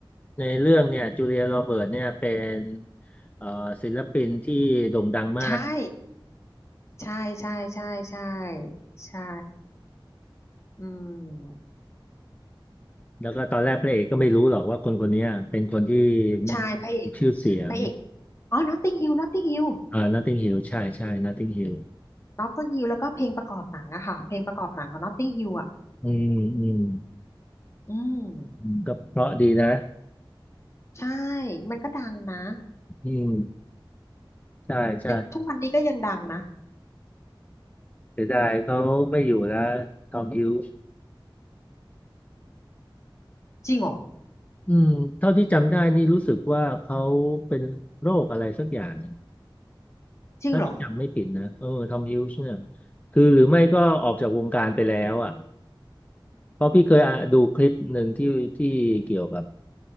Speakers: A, on the left; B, on the left.
A: ในเรื่องเนี่ยจูเลียโรเบิร์ตเนี่ยเป็นเอ่อศิลปินที่โด่งดังมาก
B: ใช่ ใช่ใช่ใช่ใช่ใช่อืม
A: แล้วก็ตอนแรกพระเอกก็ไม่รู้หรอกว่าคนคนเนี้ยเป็นคนที่
B: ใช่พระเอก
A: มีชื่อเสียง
B: พระเอกอ๋อ Notting Hill Notting Hill
A: อ่า Notting Hill ใช่ใช่ Notting Hill
B: Notting Hill แล้วก็เพลงประกอบหนังอะค่ะเพลงประกอบหนังของ Notting Hill อะ
A: อืมอืม
B: อืม
A: อืมก็เพราะดีนะ
B: ใช่ มันก็ดังนะ
A: อืมใช่ใช่
B: ยังทุกวันนี้ก็ยังดังนะ
A: เสียดายเขาไม่อยู่แล้วทอมฮิวส์
B: จริงเหรอ
A: อืมเท่าที่จำได้นี่รู้สึกว่าเขาเป็นโรคอะไรสักอย่างนะ
B: จริงเหรอ
A: ถ้าที่จำไม่ผิดนะเออทอมฮิวส์เนี่ยคือหรือไม่ก็ออกจากวงการไปแล้วอ่ะเพราะพี่เคยอ่ะดูคลิปหนึ่งที่ที่เกี่ยวกับ